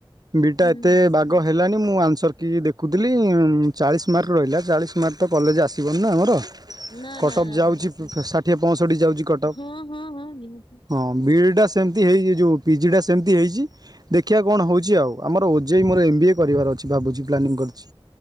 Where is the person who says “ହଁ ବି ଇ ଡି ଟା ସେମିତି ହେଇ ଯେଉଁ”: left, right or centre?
Right